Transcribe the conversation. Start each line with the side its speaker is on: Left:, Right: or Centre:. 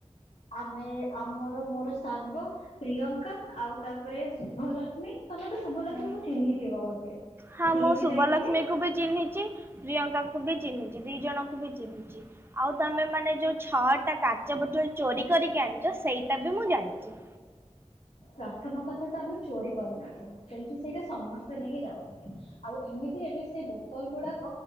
Left: ଆମେ ଆମର ମୋର ସାଙ୍ଗ ପ୍ରିୟଙ୍କା ଆଉ ତାପରେ ଶୁଭଲକ୍ଷ୍ମୀ ତମେ ତ ଶୁଭଲକ୍ଷ୍ମୀ
Right: ହୁଁ।
Left: କୁ ଚିହ୍ନିଥିବ ବୋଧେ?
Right: ହଁ
Left: ସିଏ
Right: ମୁଁ
Left: ବି
Right: ଶୁଭଲକ୍ଷ୍ମୀ
Left: ଯାଇଥିଲେ
Right: କୁ ବି ଚିହ୍ନିଚି ପ୍ରିୟଙ୍କା କୁ ବି ଚିହ୍ନିଚି ଦି ଜଣଙ୍କୁ ବି ଚିହ୍ନିଚି। ଆଉ ତମେ ମାନେ ଯୋଉ ଛଅଟା କାଚ ବୋଟଲ୍ ଚୋରି କରିକି ଆଣିଚ ସେଇଟା ବି ମୁଁ ଜାଣିଚ଼ି।
Left: ପ୍ରଥମ କଥା ତ ଆମେ ଚୋରି କରୁନଥିଲୁ। ସେଇଠି ସେଇଟା ସମସ୍ତେ ନେଇକି ଯାଉଥିଲେ ଆଉ ଏମିତିରେ ବି ସେ ବୋତଲ୍ ଗୁଡାକ